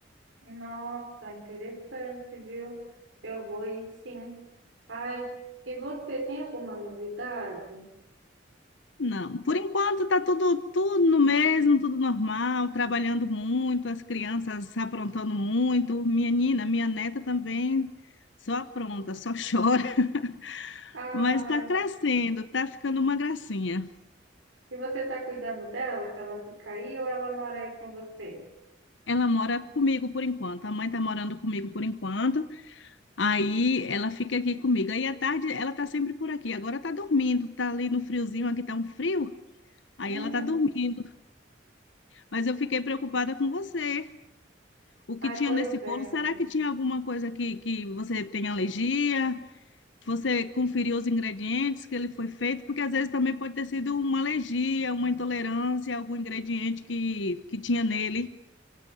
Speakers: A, on the right (about 80°); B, on the left (about 75°).
A: Nossa, interessante, viu? Eu vou ir, sim. Ai, e você tem alguma novidade?
B: Não, por enquanto tá tudo, tudo no mesmo, tudo normal, trabalhando muito, as crianças aprontando muito, minha nina, minha neta também só apronta, só chora, <laughs>
A: Ai.
B: mas tá crescendo, tá ficando uma gracinha.
A: E você tá cuidando dela, que ela fica aí, ou ela mora aí com você?
B: Ela mora comigo por enquanto, a mãe tá morando comigo por enquanto. Aí ela fica aqui comigo. Aí à tarde ela tá sempre por aqui. Agora tá dormindo, tá ali no friozinho, aqui tá um frio. Aí
A: Hum,
B: ela tá dormindo. Mas eu fiquei preocupada com você. O
A: ai,
B: que tinha
A: pois
B: nesse bolo?
A: é.
B: Será
A: menina.
B: que tinha alguma coisa que, que você tem alergia? Você conferiu os ingredientes que ele foi feito? Porque às vezes também pode ter sido uma alergia, uma intolerância, algum ingrediente que, que tinha nele.